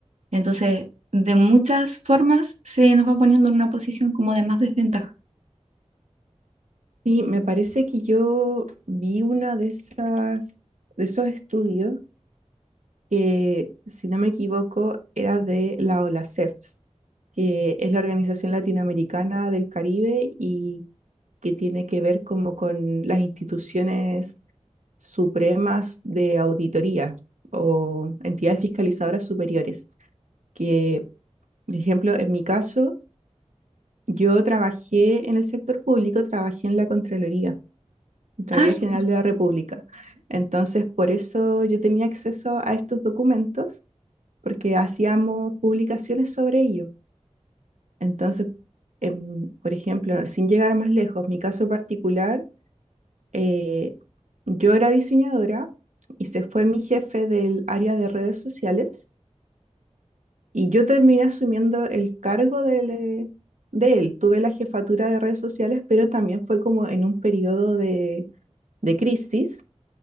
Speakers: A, on the right (about 70°); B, on the right (about 80°).
A: Entonces, de muchas formas se nos va poniendo en una posición como de más desventaja.
B: Sí, me parece que yo vi una de esas, de esos estudios que, si no me equivoco, era de la OLACEF, que es la Organización Latinoamericana del Caribe y que tiene que ver como con las instituciones supremas de auditoría o entidades fiscalizadoras superiores. Que, por ejemplo, en mi caso, yo trabajé en el sector público, trabajé en la Contraloría. Contraloría
A: Ah, súper.
B: General de la República. Entonces, por eso yo tenía acceso a estos documentos, porque hacíamos publicaciones sobre ello. Entonces, em, por ejemplo, sin llegar más lejos, mi caso particular, eh, yo era diseñadora y se fue mi jefe del área de redes sociales y yo terminé asumiendo el cargo del, eh, de él. Tuve la jefatura de redes sociales, pero también fue como en un periodo de de crisis